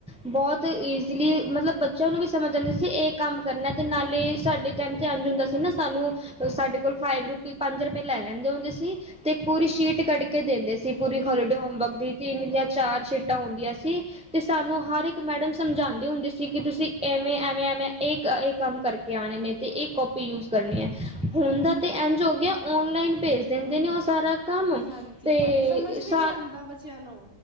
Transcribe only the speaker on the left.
ਹਾਂਜੀ,
ਹਾਂਜੀ
ਸਮਝ ਵੀ
ਨੀ ਆਂਦਾ ਬੱਚਿਆਂ ਨੂੰ।